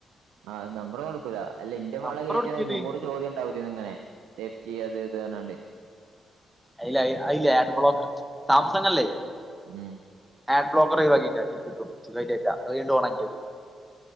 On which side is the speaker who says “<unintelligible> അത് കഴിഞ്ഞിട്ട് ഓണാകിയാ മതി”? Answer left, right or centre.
Centre